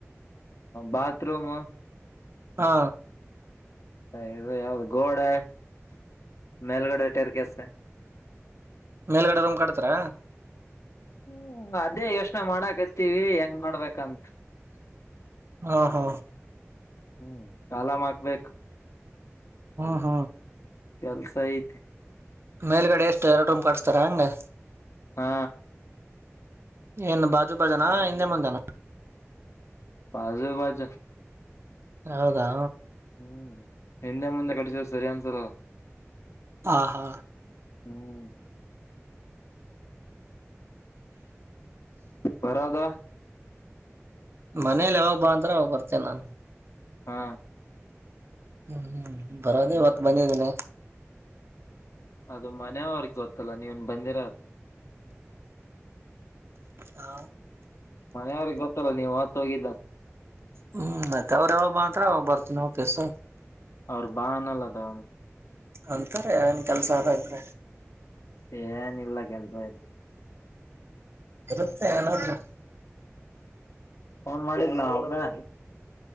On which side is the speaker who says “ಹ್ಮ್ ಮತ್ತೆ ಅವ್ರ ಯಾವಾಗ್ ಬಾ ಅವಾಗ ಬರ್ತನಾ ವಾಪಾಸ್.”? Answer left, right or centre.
Right